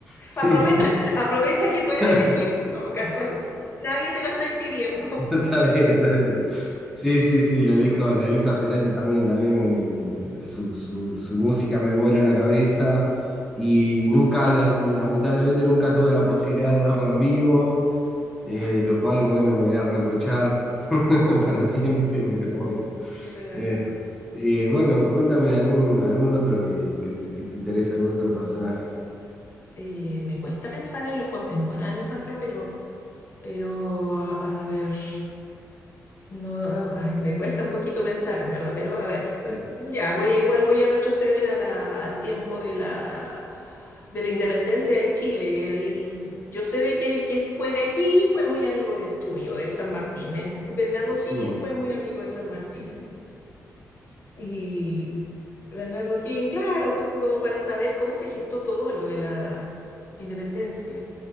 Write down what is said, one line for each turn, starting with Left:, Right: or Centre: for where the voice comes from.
Centre: Sí,
Left: Aprovecha,
Centre: sí.
Left: aprovecha que puedes
Centre: <laughs>
Left: elegir en todo caso. <laughs> Nadie te lo está impidiendo.
Centre: Está bien, está bien. Sí, sí, sí, lo elijo, lo elijo a Cerati también, también me- me- su, su, su música me vuela la cabeza y nunca, la- lamentablemente nunca tuve la posibilidad de verlo en vivo, eh, lo cual, bueno, me voy a reprochar <laughs> para siempre, pero bueno.
Left: Claro.
Centre: Eh, eh, bueno, cuéntame algún, algún otro que, que te, que te interese, algún otro personaje.
Left: Eh, me cuesta pensar en los contemporáneos acá, pero, pero a a ver. No, ay, me cuesta un poquito pensar, en verdad, pero a ver, eh,
Centre: Mm,
Left: ya, voy a igual voy a retroceder a la, al tiempo de la, de la independencia de Chile. Y ahí yo sé de que el que fue de aquí fue muy amigo del tuyo, del San Martín. En- Bernardo Higgins
Centre: mm,
Left: fue muy amigo de San Martín. Y Bernardo Higgins, claro, pues que como para saber cómo se gestó todo lo de la independencia